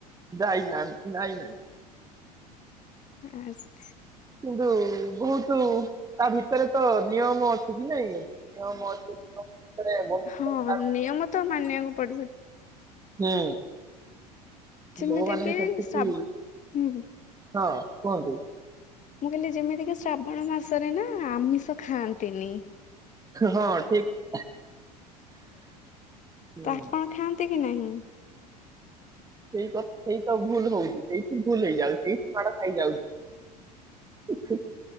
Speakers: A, on the right; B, on the left.
A: ଯାଇନାଇ ନାଇଁ ନାଇଁ
B: ଆଛା
A: କିନ୍ତୁ ବହୁତ ତା ଭିତରେ ତ ନିୟମ ଅଛି କି ନାଇଁ ନିୟମ ଅଛି ଭିତରେ ବନ୍ଧା
B: ହଁ
A: ହେଇପାରୁନାହିଁ,
B: ନିୟମ ତ ମାନିବାକୁ ପଡିବ
A: ହୁଁ
B: ଯେମିତି
A: ଭଗବାନଙ୍କ
B: କିି
A: ସେତି
B: ସା ହୁଁ
A: ହଁ କୁହନ୍ତୁ
B: ମୁଁ କହିଲି ଯେମିତି କି ଶ୍ରାବଣ ମାସରେ ନା ଆମିଷ ଖାଆନ୍ତିନି
A: ହଁ ଠିକ ହୁଁ
B: ତ ଆପଣ ଖାଆନ୍ତି କି ନାହିଁ
A: ସେଇକଥା ସେଇତ ଭୁଲ ହଉଚି ସେଇଠି ଭୁଲ ହେଇଯାଉଛି ସେଇଠି ମାଡ ଖାଇଯାଉଛି